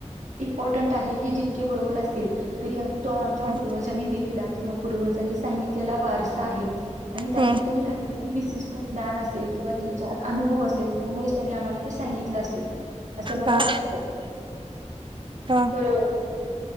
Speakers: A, on the right; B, on the right.
A: इपाॅटेट आहे हे जितके बरोबर असतील तरी तो आपणं च्या
B: हा
A: पूर्वजांनी दिलेला किंवा पूर्वजांनी सांगितलेला वारसा आहे. आणि त्यांतून
B: हम्म
A: त्यांनीं काहीतरी विशिष्ट ज्ञान असेल किंवा त्यांच्या अनुभव असेल त्यामुळें त्याणी आम्हांला ते सांगित म्हटलं असेल असं मला
B: हा
A: वाटतं.
B: हा
A: बरोबर